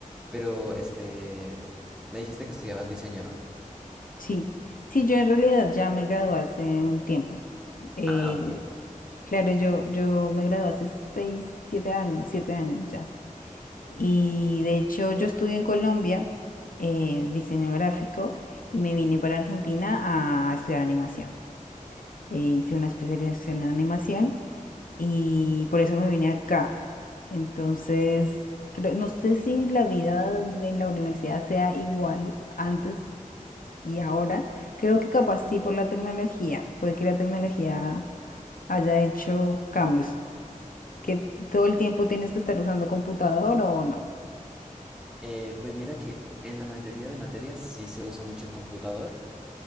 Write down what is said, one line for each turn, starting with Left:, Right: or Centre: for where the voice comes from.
Centre: Pero, este, me dijiste que estudiabas diseño, ¿no?
Left: Sí, sí, yo en realidad ya me gradué hace un tiempo. Eh,
Centre: Ah, ok.
Left: claro, yo, yo me gradué hace seis, siete años, siete años ya. Y de hecho yo estudié en Colombia eh, diseño gráfico y me vine para Argentina a estudiar animación. Eh, hice una especialización en animación y por eso me vine acá. Entonces, creo- no sé si la vida en la universidad sea igual antes y ahora. Creo que capaz sí por la tecnología, puede que la tecnología haya hecho cambios, que todo el tiempo tienes que estar usando computador o no.
Centre: Eh, pues mira que en la mayoría de materias sí se usa mucho el computador.